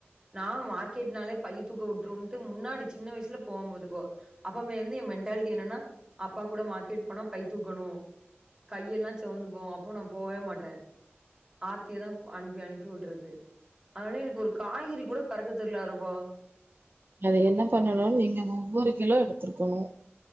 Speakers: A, on the right; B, on the right.
A: நா மார்க்கெட்னாலே பைய தூக்க வுட்டுருன்ட்டு முன்னாடி சின்ன வயசுல போவம் பாத்துக்கோ அப்ப வந் து எ மென்ட்டாலிட்டி என்னனா அப்பா கூட மார்க்கெட் போனா பை தூக்கணு கையெல்லா செவந்து போவு அப்ப நா போவே மாட்ட ஆர்த்தியதா அனுப்பி அனுப்பி விடறது அதனால எனக்கு ஒரு காய்கறி கூட பெறக்க தெர்ல ரபா
B: அது என்ன பண்ணணு நீங்க ஒவ்வொரு கிலோ எடுத்ருக்கணு